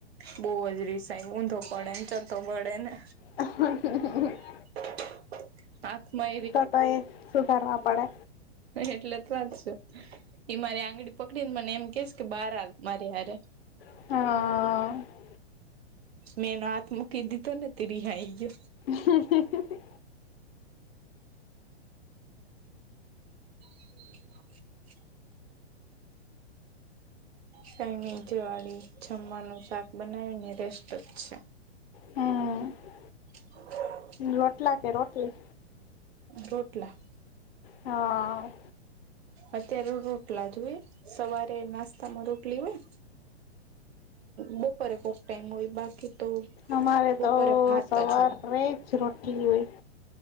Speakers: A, on the right; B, on the left.
A: બહ જ રિસાઈ ઊંધો પડે ને ચતો પડે ને.
B: હ.
A: <inaudible> આત્મા.
B: તો તો એ શું કરવા પડે.
A: એટલે તો વા જ છે. એ મારી આંગળી પકડી ને મને એમ કેસ કે બહાર હ મારે રે.
B: હા અ અ અ.
A: મેં નો હાથ મૂકી દીધો ને તે રી હાઈ.
B: હા હ.
A: <inaudible> કઈ ની જેવાળી જમવાનું શાક બનાવેને રેસ્ટ જ છે.
B: હમ
A: <inaudible>
B: રોટલા કે રોટલી.
A: રોટલા.
B: હા.
A: અત્યારે રોટલા જોઈ સવારે નાસ્તામાં રોટલી હોય. ને બપોરે કોક ટાઈમ હોય બાકી. તો
B: અમારે
A: બપોરે
B: તો
A: ભાત
B: સવાર
A: જ હોય
B: હોઈ. રોટલી હોય